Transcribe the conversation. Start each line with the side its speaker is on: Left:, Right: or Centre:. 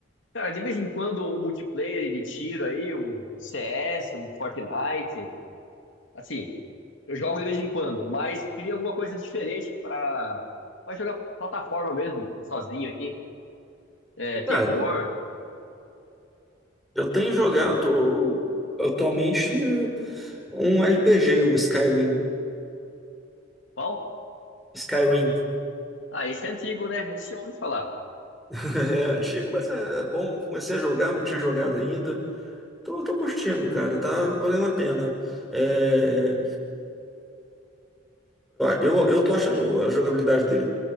Left: Cara, de vez em quando o multiplayer de tiro aí, um CS, um Fortnite. Assim, eu jogo de vez em quando, mas queria alguma coisa diferente pra, pra jogar plataforma mesmo, sozinho aqui. É, terror.
Centre: Ah, eu tenho jogado Atualmente, um RPG, o Skyrim.
Left: Qual?
Centre: Skyrim.
Left: Ah, esse é antigo, né? Esse eu ouvi falar.
Centre: <laughs> é antigo, mas é bom. Comecei a jogar, não tinha jogado ainda. Tô, tô curtindo, cara. Tá valendo a pena. É, eu, eu, eu tô achando a jogabilidade dele